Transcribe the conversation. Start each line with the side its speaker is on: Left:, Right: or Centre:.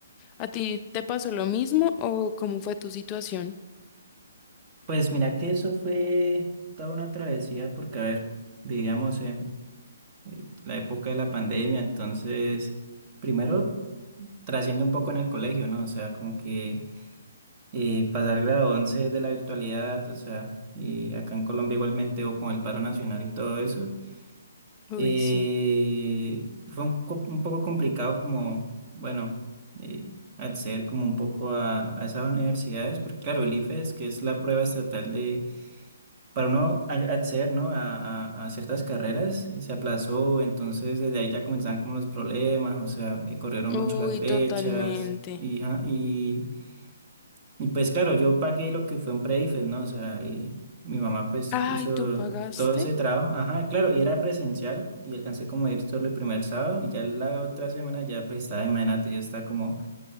Left: ¿A ti te pasó lo mismo o cómo fue tu situación?
Right: Pues mira que eso fue toda una travesía porque, a ver, vivíamos en eh, la época de la pandemia, entonces, primero, trasciende un poco en el colegio, ¿no? O sea, como que eh, pasar grado 11 de la virtualidad, o sea, y acá en Colombia igualmente, o con el paro nacional y todo eso,
Left: Uy,
Right: eh,
Left: sí.
Right: fue un, co- un poco complicado como, bueno, eh, acceder como un poco a, a esas universidades, porque claro, el IFES, que es la prueba estatal de para no a- acceder, ¿no? a, a- a ciertas carreras, y se aplazó, entonces desde ahí ya comenzaban como los problemas, o sea, eh, corrieron
Left: Uy,
Right: mucho las fechas,
Left: totalmente.
Right: y, ja- y, y pues claro, yo pagué lo que fue un pre-IFES, ¿no? O sea, y mi mamá pues
Left: Ay,
Right: hizo
Left: ¿tú pagaste?
Right: todo ese trabajo, ajá, claro, y era presencial, y alcancé como a ir solo el primer sábado, y ya la otra semana ya pues estaba, imagínate, yo estaba como